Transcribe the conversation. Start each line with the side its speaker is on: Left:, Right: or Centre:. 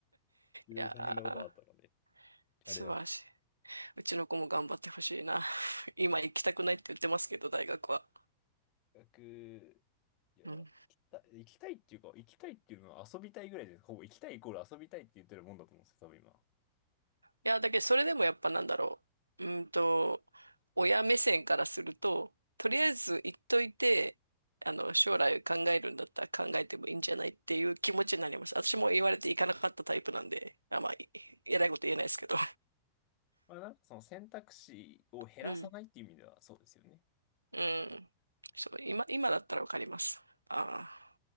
Left: いろいろ大変なことがあったので、
Right: いやー、
Left: あれだ。
Right: 素晴らしい。うちの子も頑張ってほしいな。<laughs> 今行きたくないって言ってますけど、大学は。
Left: 学、いや、
Right: うん
Left: 行きたい、行きたいっていうか、行きたいっていうのは遊びたいぐらいで、ほぼ行きたいイコール遊びたいって言ってるもんだと思うんですよ、多分今。
Right: いや、だけどそれでもやっぱなんだろう。うーんと、親目線からすると、とりあえず言っといて、あの、将来考えるんだったら考えてもいいんじゃないっていう気持ちになります。私も言われていかなかったタイプなんで、あ、まあ、い <laughs> 偉いこと言えないですけど。
Left: まあなんかその選択肢を減らさないっていう意味ではそうですよね。
Right: うん。うん。
Left: うん確かに。
Right: そう、今、今だったらわかります。ああ。